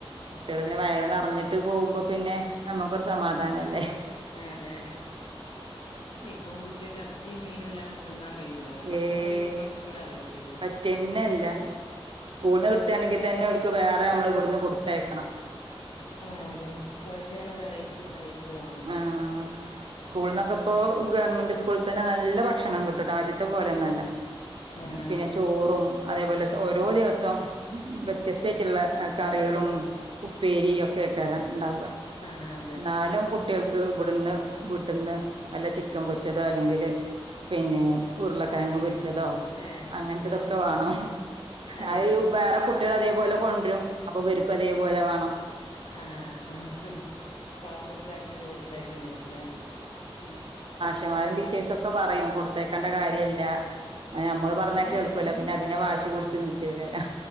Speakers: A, on the right; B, on the left.
A: കുട്ടികള് പിന്നെ വയറ് നറഞ്ഞിട്ട് പോകുമ്പോ പിന്നെ നമ്മുക്കൊരു സമാധാനല്ലേ?
B: അതെ ഇപ്പൊ കുട്ടിയാക്ക് ഇറച്ചി മീനുല്ലാണ്ട് തിന്നാൻ കഴിയുല. പച്ചക്കറി
A: ഏയ്
B: ഒന്നും പറ്റൂലലോ കുട്ടിയാക്ക്.
A: പറ്റന്നെല്ല സ്കൂളിന്ന് കിട്ടാണെങ്കിൽ തന്നെ ഓൽക്ക് വേറെ നമ്മള് ഇവിടുന്ന് കൊടുത്തേക്കണം.
B: ആ അതെ ഓൽക് ങ്ങനെ വെറൈറ്റി വെറൈറ്റി. വേണം
A: ആഹ് സ്കൂൾന്നൊക്കെ. ഇപ്പൊ ഗവൺമെന്റ് സ്കൂളിൽ തന്നെ നല്ല ഭക്ഷണം കിട്ടൂട്ടോ ആദ്യത്തെ പോലെന്നല്ല.
B: ആഹ്
A: പിന്നെ
B: അതെ
A: ചോറും. അതേപോലെ ഓരോ ദിവസം വ്യത്യസ്തയിട്ടുള്ള കറികളും. ഉപ്പേരി ഒക്കെക്കാരും ഉണ്ടാവുക.
B: ആഹ് ആഹ്
A: ന്നാലും കുട്ടികൾക്ക് ഇവിടുന്ന് വീട്ടിൽന്ന് നല്ല ചിക്കൻ പൊരിച്ചതോ അല്ലെങ്കില്. പിന്നെ ഉരുളക്കിഴങ്ങ്
B: ആക്കീട്ട്
A: പൊരിച്ചതോ
B: ഏഹ്
A: അങ്ങനത്തതൊക്കെ വേണം
B: ഏഹ്
A: അത്. വേറെ കുട്ടികൾ അതേപോലെ കൊണ്ടുരും അപ്പൊ ഇവെൽക്കും അതേപോലെ വേണം.
B: ആഹ് ആ പാത്രത്തിലാക്കിട്ട് കൊടുത്തേക്കണ ആയിരിക്കുലെ ആ
A: അച്ച്ചമാരും ടീച്ചേഴ്സ ഒക്കെ പറയും കൊടുത്തേക്കേണ്ട കാര്യമല്ല നമ്മള് പറഞ്ഞാൽ
B: ഏഹ്
A: കേൾക്കൂല പിന്നെ. പിന്നെ വാശി പുടിച്ച് നിക്കേക്കാരും.